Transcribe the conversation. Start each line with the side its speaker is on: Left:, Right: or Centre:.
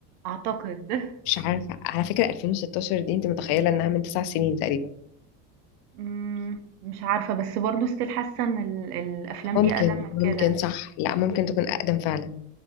Right: أعتقد.
Left: مش عارفة على فكرة 2016 دي أنت متخيلة إنها من تسع سنين تقريبا
Right: إمم، مش عارفة، بس برضه still حاسّة إن ال الأفلام
Left: ممكن
Right: دي أقدم من
Left: ممكن
Right: كده.
Left: صح لا ممكن تكون أقدم فعلا